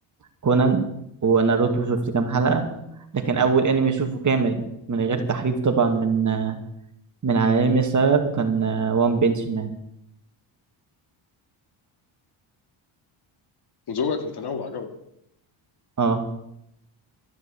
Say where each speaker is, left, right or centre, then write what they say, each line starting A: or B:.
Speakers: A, on the right; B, on the left.
A: كونان وناروتو شفت كام حلقة لكن اول انمي اشوفه كامل من غير تحريف طبعا من آه، من على انمي ساير كان وان بنش مان
B: ذوقك متنوع قوي
A: اه